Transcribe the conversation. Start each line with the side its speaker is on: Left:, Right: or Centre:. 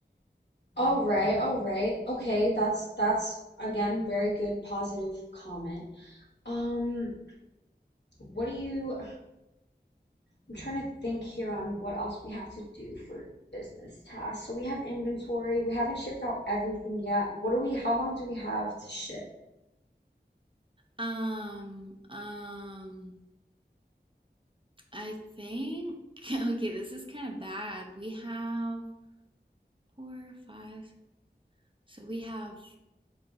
Left: All right, all right. Okay, that's that's again very good positive comment. Um, what do you, I'm trying to think here on what else we have to do for business tasks. So we have inventory. We haven't shipped out everything yet. What do we, how long do we have to ship?
Right: Um, um, I think, <laughs> okay, this is kind of bad. We have four, five, so we have